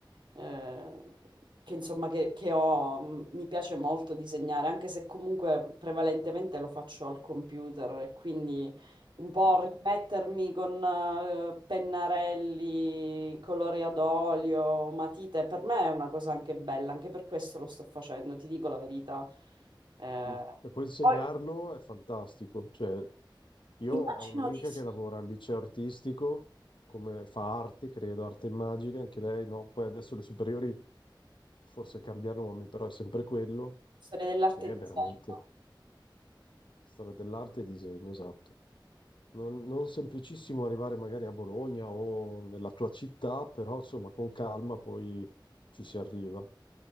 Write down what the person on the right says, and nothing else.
eh, che, insomma che, che ho, M- mi piace molto disegnare, anche se comunque prevalentemente lo faccio al computer e quindi un po'
rimettermi con eh, pennarelli, colori ad olio, matite, per me è una cosa anche bella, anche per questo lo sto facendo, ti dico la verità. Eh,
poi
Immagino
di sì,
storia dell'arte
e
disegno.